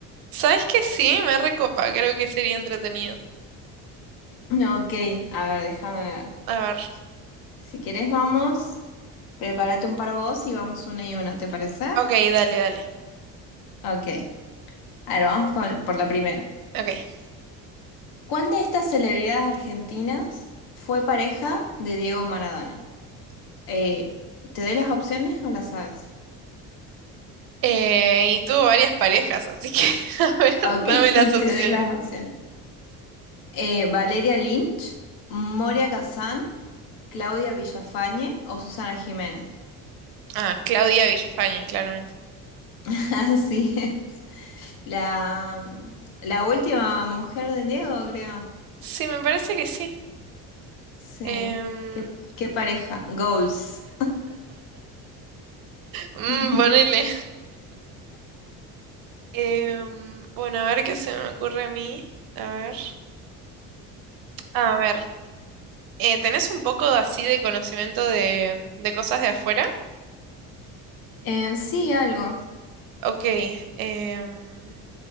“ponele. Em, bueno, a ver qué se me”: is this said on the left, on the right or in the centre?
Right